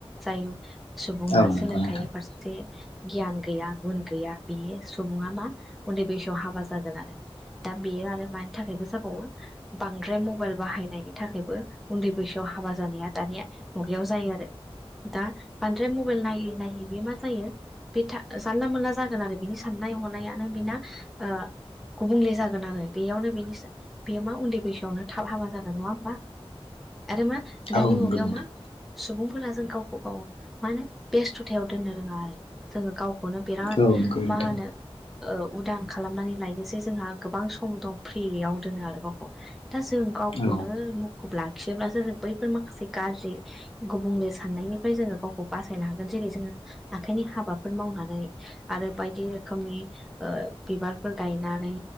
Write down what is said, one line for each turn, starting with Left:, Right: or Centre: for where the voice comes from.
Centre: जाय सुबुङा
Left: औ
Centre: सोलोंथाइनि
Left: नंगौ नोंथां
Centre: फारसे जे गियान गैया गुन गैया बेयो सुबुङा मा उन्दै बैसोआव हाबा जागोन आरो। दा बेयो आरो मानि थाखायबो जाबावो बांद्राय म मबाइल बाहायनायनि थाखायबो उन्दै बैसोआव हाबा जानाया दानिया मुगायाव जायो आरो। दा बांद्राय मबाइल नायै नायै बे मा जायो बे था जानला मोनला जागोन आरो बिनि साननाय हनायानो बिना ओ गुबुंले जागोन आरो बेयावनो बेनि बेयो मा उन्दै बैसोआवनो थाब हाबा जागोन नङा होमबा आरो मा? दानि
Left: औ
Centre: मुगायाव
Left: नंगौ नोंथां
Centre: मा सुबुंफोरा जों गावखौ गाव मा होनो बेस्थुथायाव दोननो रोङा आरो जोंङो गावखौनो बिराद
Left: औ नंगौ नोंथां
Centre: मा होनो उदां खालामनानै लायोसै जोंहा गोबां सम दं फ्रियाव दोनो आरो गावखौ दा जों गावखौनो
Left: औ
Centre: मुखुब लाखियोब्लासो जों बैफोर माखासे गाज्रि गुबुंले साननायनिफ्राय जोङो गावखौ बासायनो हागोन जेरै जोङो आखाइनि हाबाफोर मावनानै आरो बायदि रोखोमनि बिबारफोर गायनानै